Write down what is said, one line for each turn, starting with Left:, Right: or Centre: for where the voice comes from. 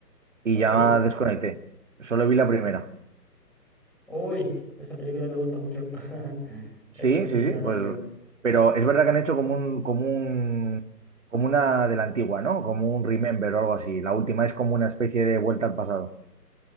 Right: y
Centre: ¿ok?
Right: ya desconecté. Solo vi la primera.
Centre: Uy, esa película me gusta mucho. <laughs>
Right: Sí,
Centre: Es buenísima
Right: sí, sí, pues,
Centre: también.
Right: pero es verdad que han hecho como un, como un, como una de la antigua, ¿no? Como un remember o algo así. La última es como una especie de vuelta al pasado.